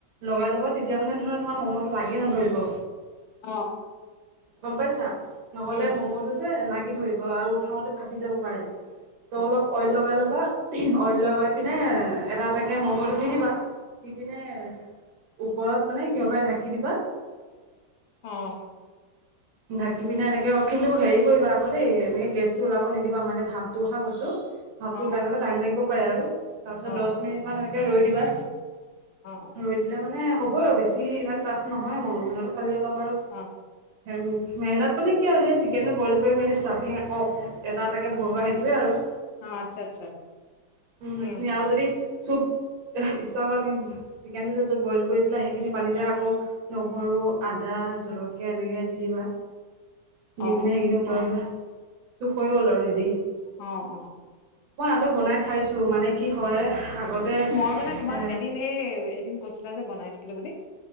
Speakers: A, on the right; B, on the left.
A: লগাই লবা তেতিয়া মানে ধৰা তোমাৰ ম'ম'টো লাগি নধৰিব।
B: অ',
A: গম পাইছা নহলে
B: উম
A: ম'ম'টো যে লাগি ধৰিব আৰু উঠাওতে ফাটি যাব পাৰে। ত'
B: আচ্ছা
A: অলপ অইল লগাই ল'বা অইল লগাই পিনে এটা-এটাকৈ ম'ম'টো দি-দিবা দি পিনে ওপৰত মানে কিহবাই ঢাকি দিবা
B: অ
A: ঢাকি পিনে এনেকে অ কিন্তু হেৰি কৰিবা আকৌ দেই এনে গেছটো ওলাব নিদিবা মানে ভাপটো কথা কৈছো ভাপটো
B: অ
A: ওলাই গলে টাইম লাগিব পাৰে আৰু তাৰপিছত
B: অ
A: দছ মিনিটমান এনেকে ৰৈ দিবা
B: অ অ
A: ৰৈ দিলে মানে হ'বই আৰু বেছি ইমান টাফ নহয় মম' বনোৱাতো খালী হ'ব পাৰোঁ
B: অ অ
A: উম মেহনত মানে কি আৰু সেই চিকেনটো বইল কৰি মেলি ষ্টাফিং আকৌ আকৌ এটা এটাকে ভৰোৱা সেইটোৱে আৰু
B: অ আচ্ছা আচ্ছা
A: সেইখিনি
B: উম
A: আৰু যদি চুপ ইচ্ছা কৰা তুমি চিকেনটো যে য'ত বইল কৰিছিলা সেইখিনি পানীতে আকৌ নহৰু আদা জলকীয়া এনেকে দি দিবা
B: অ
A: দি পিনে সেইকিনি উতল আহিলে চুপ হৈ গ'ল আৰু ৰেডি
B: অ অ
A: মই বনাই খাইছোঁ মানে কি হয়
B: অ
A: আগতে
B: মই মানে তোমাক
A: এ
B: এদিন সেই এদিন কৈছিলা যে বনাইছো লো বুলি